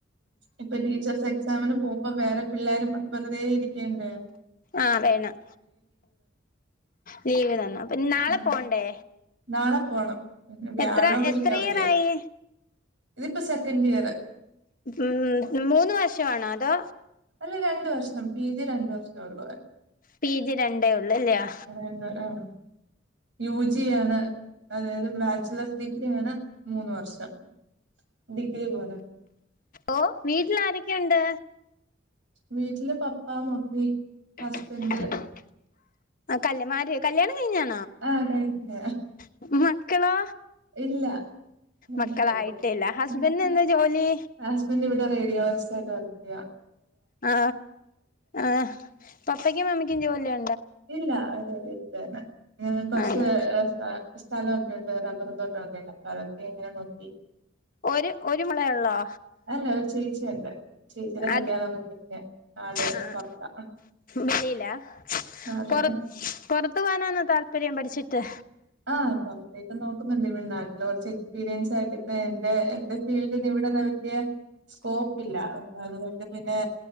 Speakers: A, on the right (about 70°); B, on the left (about 45°).
A: ഇപ്പൊ ടീച്ചേഴസ് എക്സാമിന് പോകുമ്പോ വേറെ പിള്ളോരും വെറുതെ ഇരിക്കേണ്ടേ
B: ആഹ വേണം ലീവ് തന്നു അപ്പൊ നാളെ
A: ഉം.
B: പോണ്ടേ
A: നാളെ പോണം പിന്നെ വ്യാഴവും
B: എത്ര
A: വെള്ളി
B: എത്ര
A: അവധിയാ
B: ഇയർ ആയി
A: ഇതിപ്പോ സെക്കൻഡ് ഇയർ
B: ഉ മൂന്ന് വർഷമാണോ അതോ
A: അല്ല രണ്ട് വർഷം പി ജി രണ്ട് പ്രശ്നോള്ളു അ
B: പി ജി രണ്ടേ ഉള്ളൂ അല്ലയോ
A: എന്ത ആ യു ജി ആണ് അതായത് ബാച്ചലേസ് ഡിഗ്രി ആണ് മൂന്ന് വർഷം ഡിഗ്രി പോലെ
B: ഓ വീട്ടിൽ ആരൊക്കെയുണ്ട്
A: വീട്ടില് പപ്പാ മമ്മി
B: <unintelligible>
A: ഹസ്ബൻഡ്
B: കല്യാണം കഴിഞ്ഞാ
A: ആ കഴിഞ്ഞ്
B: <unintelligible> മക്കളോ
A: ഇല്ല <unintelligible>
B: മക്കളായിട്ടില്ല ഹസ്ബൻഡിന് എന്താ ജോലി
A: ഹസ്ബൻഡ് ഇവിടെ റേഡിയോ ഓഫീസറായിട്ട് വർ ക്കെയ്യാ
B: ആ ആ പപ്പയ്ക്കും മമ്മിക്കും ജോലിയെ
A: ഇല്ല അവര് വിട്ടില്തന്നെ ഞങ്ങക്ക് കുറച്ച്
B: ആണ്
A: ഏഹ് സ സ്ഥലൊ ണ്ട് റബ്ബറും തോട്ടോക്കെ എണ്ട് അപ്പൊ അതക്കെ ഇങ്ങനെ നോക്കി
B: ഒര് ഒരു മോളേ ഒള്ളോ
A: അല്ല ഒരു ചേച്ചിയുണ്ട് ചേച്ചിയുടെ കല്യാണൊക്കെ
B: അത്
A: കഴിഞ്ഞ് ആള്
B: ആ
A: പൊറത്താ
B: വെളിയിലാ
A: അതെ
B: പൊറത് പൊറത്തു പോകാനാന്നോ താൽ പര്യം പഠിച്ചിട്ട്
A: ആ പൊറത്തേക്ക് നോക്കുന്നുണ്ട്. ഇവിടെ നാട്ടില് കൊറച്ച് എക്സ്പീരിയൻസ് ആക്കീട്ട് എന്റെ എന്റെ ഫീൽഡിന് ഇവിടൊന്നും വലിയ സ്കോപ്പ് ഇല്ല. അപ്പ അതുകൊണ്ട് പിന്നേ